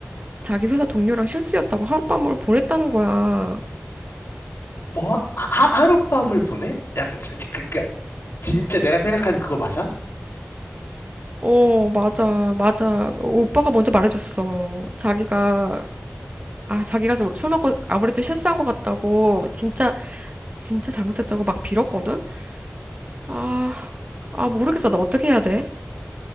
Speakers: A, on the right; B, on the left.
A: 자기 회사 동료랑 실수였다고 하룻밤을 보냈다는 거야.
B: 뭐, 하, 하- 하룻밤을 보내? 약간, 진- 그, 그, 그니까 진짜 내가 생각하는 그거 맞아?
A: 어, 맞아, 맞아. 어, 오빠가 먼저 말해줬어. 자기가 아, 자기가 술 먹고 아무래도 실수한 것 같다고 진짜 진짜 잘못했다고 막 빌었거든? 아, 아 모르겠어. 나 어떻게 해야 돼?